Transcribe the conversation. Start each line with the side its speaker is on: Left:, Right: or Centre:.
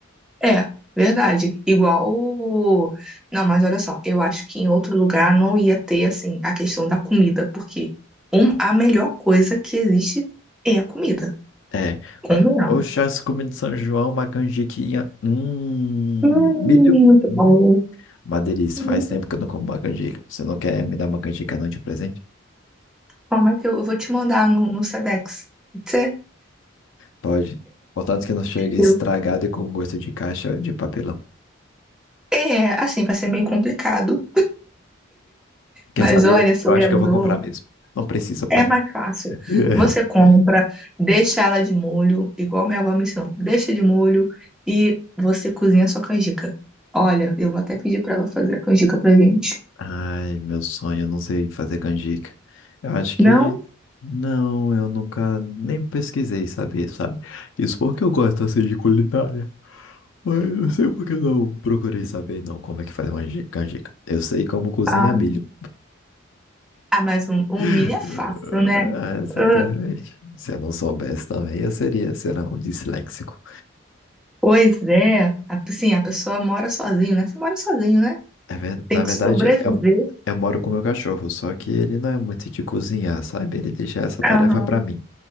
Centre: É, verdade. Igual. o- Não, mas olha só, eu acho que em outro lugar não ia ter, assim, a questão da comida, porque um- a melhor coisa que existe é a comida.
Left: É.
Centre: Convenhamos.
Left: O chassi comida de São João, uma canjiquinha. Hum,
Centre: Hum,
Left: milho.
Centre: muito bom.
Left: Hum, uma delícia.
Centre: Hum,
Left: Faz tempo que eu não como uma canjica. Você não quer me dar uma canjica não de presente?
Centre: Bom, Matheus, eu vou te mandar no, no Sedex. Pode ser?
Left: Pode. Contanto que não chegue estragado
Centre: Eu.
Left: e com gosto de caixa de papelão.
Centre: É, assim, vai ser meio complicado.
Left: Quer
Centre: Mas
Left: saber?
Centre: olha, você
Left: Eu
Centre: lembrou.
Left: acho que eu vou comprar mesmo. Não precisa, pai.
Centre: É mais fácil.
Left: <laughs>
Centre: Você compra, deixa ela de molho, igual minha avó me ensinou. Deixa de molho e você cozinha a sua canjica. Olha, eu vou até pedir pra ela fazer a canjica pra gente.
Left: Ai, meu sonho, eu não sei fazer canjica. Eu acho que.
Centre: Não,
Left: Não, eu nunca nem pesquisei saber, sabe? Isso porque eu gosto assim de culinária. Mas eu não sei porque não procurei saber, não, como é que faz uma ji- canjica. Eu sei como cozinha
Centre: ah,
Left: milho.
Centre: ah, mas um, um milho
Left: <laughs>
Centre: é fácil, né?
Left: Ah, exatamente.
Centre: Ah,
Left: Se eu não soubesse também, eu seria, sei lá, um disléxico.
Centre: pois é. Assim, a pessoa mora sozinho, né? Você mora sozinho, né?
Left: É ver-
Centre: Tem
Left: Na
Centre: que
Left: verdade,
Centre: sobreviver.
Left: eu, eu moro com meu cachorro, só que ele não é muito de cozinhar, sabe? Ele deixa essa tarefa
Centre: Aham.
Left: pra mim.